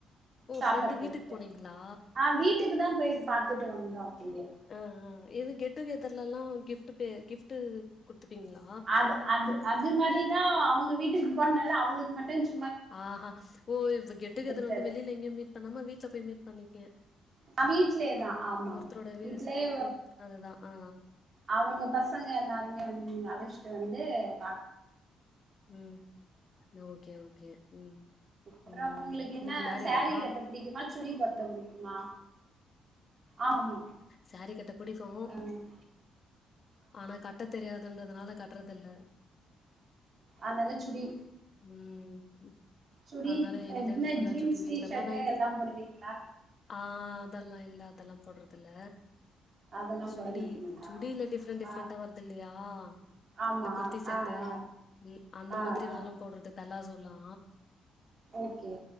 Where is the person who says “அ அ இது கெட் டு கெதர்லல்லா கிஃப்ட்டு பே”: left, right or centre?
Left